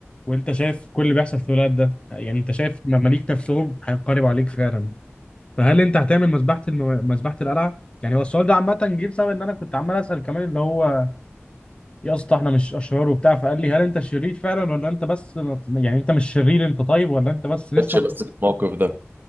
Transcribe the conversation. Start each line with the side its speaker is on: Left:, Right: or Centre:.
Left: وانت شايف كل اللي بيحصل في الولاد ده يعني انت شايف مماليك نفسهم هينقلبوا عليك فعلا فهل انت هتعمل مذبحه الم... مذبحه القلعه يعني هو السؤال ده عامه جه بسبب ان انا كنت عمال اسال كمان اللي هو يا اسطى احنا مش اشرار وبتاع فقال لي هل انت شرير فعلا ولا انت بس يعني انت مش شرير انت طيب ولا انت بس لسه
Right: ماتش بس في الموقف ده